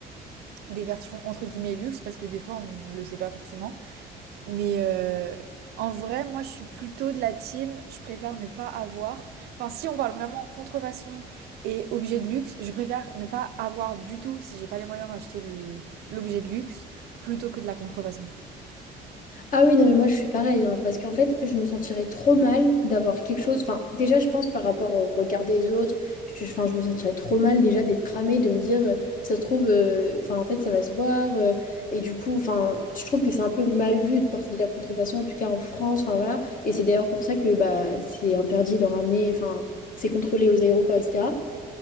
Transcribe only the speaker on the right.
des versions entre guillemets luxe parce que des fois on le sait pas forcément. Mais euh, en vrai, moi je suis plutôt de la team, je préfère ne pas avoir. Enfin, si on parle vraiment contrefaçon et objet de luxe, je préfère ne pas avoir du tout si j'ai pas les moyens d'acheter le l'objet de luxe plutôt que de la contrefaçon.